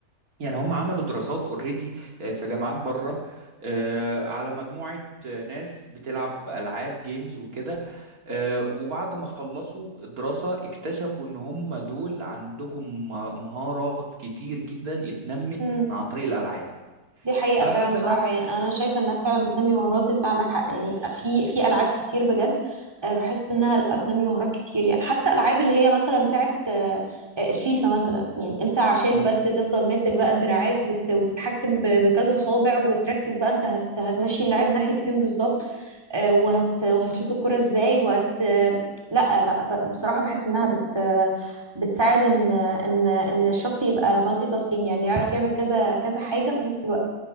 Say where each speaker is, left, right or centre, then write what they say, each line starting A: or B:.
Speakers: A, on the right; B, on the right.
A: يعني هم عملوا دراسات اوريدي في جامعات بره آه، على مجموعة آه، ناس بتلعب ألعاب جيمز وكده آه، وبعد ما خلصوا الدراسة اكتشفوا إن هم دول عندهم مهارات كتير جدا اتنمت
B: مم.
A: عن طريق الألعاب
B: دي حقيقة
A: فبالعكس
B: فعلا بصراحة يعني أنا شايفة إنها فعلا بتنمي مهارات أنت عندك حق يعني في في ألعاب كتير بجد آه، بحس إنها لأ، بتنمي مهارات كتير يعني حتى ألعاب اللي هي مثلا بتاعت آه، آه، الفيفا مثلا يعني أنت عشان
A: مم،
B: بس تفضل ماسك بقى الدراعات وت- وتتحكم ب- بكذا صابع وتركز بقى أنت هت هتمشي اللاعب ناحية فين بالظبط آه، وهت وهتشوط الكرة إزاي وهت آه، لا لا ب- بصراحة بحس إنها بت بتساعد إن إن إن الشخص يبقى مالتي تاسكينج يعني يعرف يعمل كذا كذا حاجة في نفس الوقت